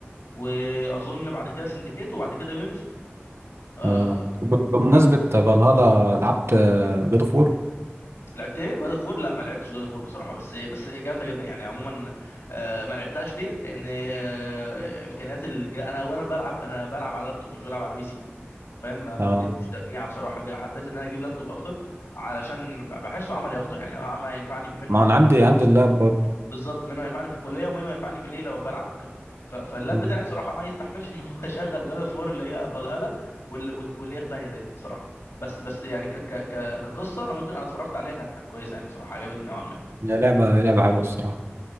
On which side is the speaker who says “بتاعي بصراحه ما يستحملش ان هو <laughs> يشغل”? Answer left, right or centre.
Left